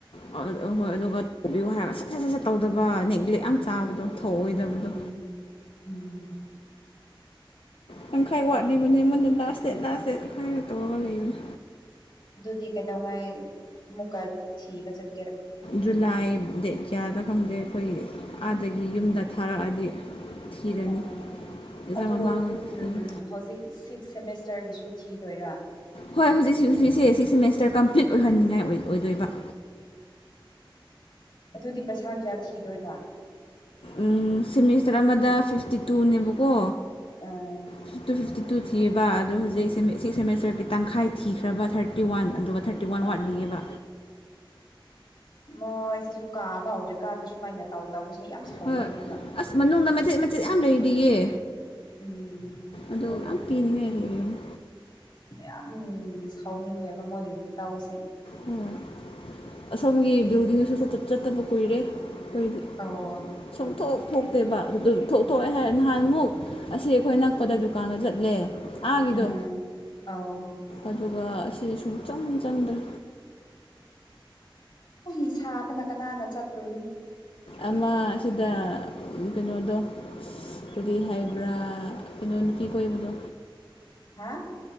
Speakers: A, on the left; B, on the left.
A: ꯑ ꯍꯣꯏ ꯑꯗꯨꯒ ꯇꯧꯕꯤꯌꯨ ꯍꯥꯏꯔ ꯁꯠ ꯁꯠ ꯁꯠ ꯁꯠ ꯇꯧꯗꯕ ꯅꯦꯒ꯭ꯂꯦꯛ ꯌꯥꯝ ꯆꯥꯕꯗꯣ ꯊꯧꯑꯣꯏꯗꯕꯗꯣ
B: ꯎꯝ ꯎꯝ
A: ꯇꯈꯥꯏ ꯋꯥꯠꯂꯤꯕꯅꯤ ꯃꯨꯟꯅ ꯂꯥꯁ ꯗꯦꯠ ꯂꯥꯁ ꯗꯦꯠꯈꯥꯏꯔꯣ ꯇꯧꯔꯒ ꯂꯩꯕꯅꯤ
B: ꯑꯗꯨꯗꯤ ꯀꯩꯗꯧꯉꯥꯏ ꯑꯃꯨꯛꯀ ꯊꯤꯕ ꯆꯠ
A: ꯖꯨꯂꯥꯏ ꯗꯦꯠ ꯀꯌꯥꯗ ꯈꯪꯗꯦ ꯑꯩꯈꯣꯏꯒꯤ ꯑꯥꯗꯒꯤ ꯌꯨꯝꯗ ꯊꯥꯔꯛꯑꯗꯤ ꯊꯤꯔꯅꯤ
B: ꯑꯣ
A: ꯑꯦꯛꯖꯥꯝ
B: ꯑꯗꯨ
A: ꯃꯃꯥꯡꯗ ꯊꯤꯔꯅꯤ
B: ꯎ ꯍꯧꯖꯤꯛ ꯁꯤꯛꯁ ꯁꯦꯃꯦꯁꯇꯔꯒꯤꯁꯨ ꯊꯤꯗꯣꯏꯔꯥ
A: ꯍꯣꯏ ꯍꯧꯖꯤꯛꯁꯤ ꯍꯧꯖꯤꯛꯁꯦ ꯁꯤꯛꯁ ꯁꯦꯃꯦꯁꯇꯔ ꯀꯝꯄ꯭ꯂꯤꯠ ꯑꯣꯏꯍꯟꯅꯤꯡꯉꯥꯏ ꯑꯣꯏꯗꯣꯏꯕ
B: ꯑꯗꯨꯗꯤ ꯄꯩꯁꯥ ꯀꯌꯥ ꯊꯤꯗꯣꯏꯕ
A: ꯎ ꯁꯦꯃꯤꯁꯇꯔ ꯑꯃꯗ ꯐꯤꯐꯇꯤ ꯇꯨꯅꯦꯕꯀꯣ
B: ꯎꯝ
A: ꯐꯤꯞꯇꯤ ꯇꯨ ꯐꯤꯐꯇꯤ ꯇꯨ ꯊꯤꯕ ꯑꯗꯣ ꯍꯧꯖꯤꯛ ꯁꯤꯛꯁ ꯁꯦꯃꯤꯁꯇꯔꯒꯤ ꯇꯪꯈꯥꯏ ꯊꯤꯈ꯭ꯔꯕ ꯊꯥꯔꯇꯤ ꯋꯥꯟ ꯑꯗꯨꯒ ꯊꯥꯔꯇꯤ ꯋꯥꯟ
B: ꯎꯝ
A: ꯋꯥꯠꯂꯤꯌꯦꯕ
B: ꯃꯣꯏ ꯑꯩꯁꯤꯁꯨ ꯀꯥꯕ ꯍꯧꯗ꯭ꯔꯤꯀꯥꯟꯗ ꯁꯨꯃꯥꯏꯅ ꯇꯧ ꯇꯧꯕꯁꯦ ꯌꯥꯝ ꯁꯥꯎꯅꯤꯡꯉꯦꯕ
A: ꯍꯣꯏ ꯑꯁ ꯃꯅꯨꯡꯗ ꯃꯆꯦꯠ ꯃꯆꯦꯠ ꯌꯥꯝ ꯂꯩꯔꯤꯌꯦ
B: ꯎꯝ ꯙꯣꯅꯤ
A: ꯑꯗꯣ ꯌꯥꯝ ꯄꯤꯅꯤꯡꯉꯥꯏ ꯂꯩꯔꯤꯕꯅꯤ
B: ꯌꯥꯝ ꯁꯥꯎꯅꯤꯡꯉꯦꯕ ꯃꯣꯏꯒꯤ ꯏꯇꯥꯎꯁꯦ
A: ꯍꯣꯏ ꯑꯁꯣꯝꯒꯤ ꯕꯤꯜꯗꯤꯡꯁꯨ ꯁꯠꯆꯠ ꯆꯠꯇꯄ ꯀꯨꯏꯔꯦ ꯣꯏꯕꯤ
B: ꯑꯣ
A: ꯁꯨꯝꯊꯣꯛ ꯊꯣꯛꯇꯦꯕ ꯑꯗꯨꯗꯨ ꯊꯣꯛ ꯊꯣꯛꯑꯦ ꯍꯥꯏꯔꯦ ꯅꯍꯥꯟꯃꯨꯛ ꯑꯁꯤ ꯑꯩꯈꯣꯏ ꯅꯛꯄꯗ ꯗꯨꯀꯥꯟꯗ ꯆꯠꯂꯦ ꯑꯥꯒꯤꯗꯣ
B: ꯎꯝ ꯑ
A: ꯑꯗꯨꯒ ꯑꯁꯤ ꯁꯨꯡꯆꯪ ꯆꯪꯗ꯭ꯔꯦ
B: ꯑꯩ ꯁꯥꯕꯅ ꯀꯅꯥꯅ ꯆꯠꯇꯣꯏꯅꯣ
A: ꯑꯃ ꯁꯤꯗ ꯀꯩꯅꯣꯗꯣ ꯑꯗꯨꯔꯤ ꯍꯥꯏꯕ꯭ꯔꯥ ꯀꯩꯅꯣ ꯀ ꯀꯖ
B: ꯑ